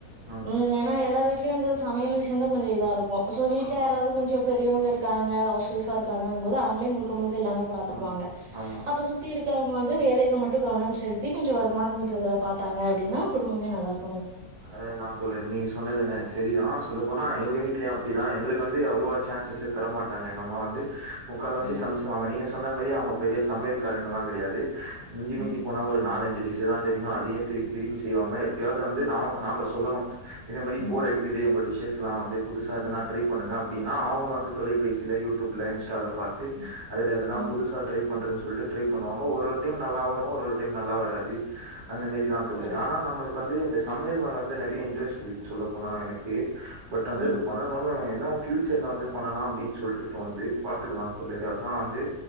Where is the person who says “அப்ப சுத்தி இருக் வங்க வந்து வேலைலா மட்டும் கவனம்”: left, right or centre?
Right